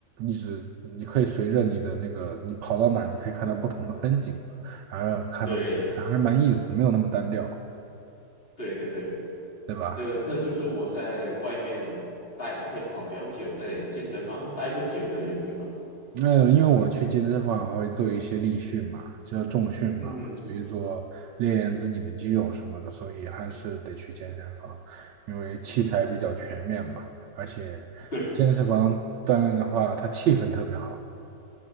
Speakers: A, on the right (about 80°); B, on the left (about 30°).
A: 一直，你可以随着你的那个，你跑到哪儿，你可以看到不同的风景嘛，然后看到还是蛮有意思的，
B: 对，
A: 没有那么单调，
B: 对，对，对，
A: 对吧？
B: 这这就是我在外面待可以跑比较久，在健身房待不久的原因吧。
A: 那因为我去健身房还会做一些力训嘛，就是重训嘛，
B: 嗯哼，
A: 所以说练练自己的肌肉什么的，所以还是得去健身房，因为器材比较全面嘛，而且在健身房锻炼的话，
B: 对，
A: 它气氛特别好，